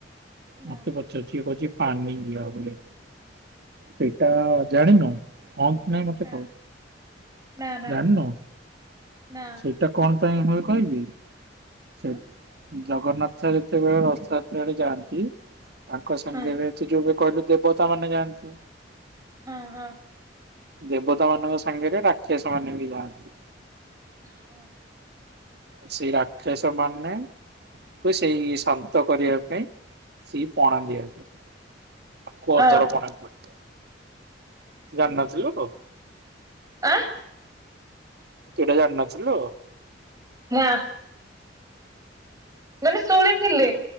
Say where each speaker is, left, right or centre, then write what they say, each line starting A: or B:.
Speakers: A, on the right (about 20°); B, on the right (about 60°).
A: ନା
B: ମତେ ପଚାରୁଚି ଇଏ କ ପାନିଆ ବୋଲି ସେଇଟା ଜାଣିନୁ? ହଁ କି ନାଇଁ ମତେ
A: ନା
B: କହ
A: ନା ନା
B: ଜାଣିନୁ
A: ନା
B: ସେଇଟା କଣ? ପାଇଁ ମୁଁ କହିବି। ସେ
A: ହୁଁ
B: ଜଗନ୍ନାଥ ଯେତେବେଳେ ରଥଯାତ୍ରା ରେ ଯାଆନ୍ତି ନ୍ତି ତାଙ୍କ ସାଙ୍ଗରେ
A: ହଁ
B: ଏତେ ଯୋଉ କହିଲୁ ଦେବତା ମାନେ ଯାଆନ୍ତି।
A: ହଁ ହଁ।
B: ଦେବତା ମାନଙ୍କ ସାଙ୍ଗରେ ରାକ୍ଷସ ମାନେ ବି ଯାଆନ୍ତି।
A: ହଁ।
B: ସେଇ ରାକ୍ଷସ ମାନଙ୍କୁ ସେଇ ଶାନ୍ତ କରିବା ପାଇଁ ସେ ପଣା ଦିଆଯାଏ। ତାକୁ
A: ହଁ
B: ଅଧରପଣା କୁହନ୍ତି। ଜାଣିନଥିଲୁ?
A: ଆଁ
B: ଏଇଟା ଜାଣି ନ ଥିଲୁ?
A: ନା। ମାନେ ଶୁଣିଥିଲି